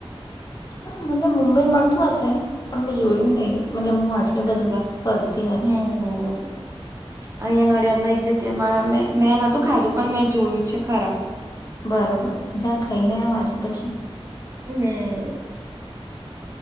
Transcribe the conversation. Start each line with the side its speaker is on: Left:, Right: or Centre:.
Left: હ મતલબ મુંબઈ મળતું હશે, પણ મેં જોયું નહી. મતલબ હું આટલું બધું
Right: બરોબર.
Left: ફરતી નથી.
Right: હમ. અહિયાં નડિયાદમાં એક જગ્યા મા મે મેં નતું ખાધું પણ મેં જોયું છે ખરા.
Left: બરોબર, જા ખાઈ ને આવ આજે પછી.
Right: હમ્મ.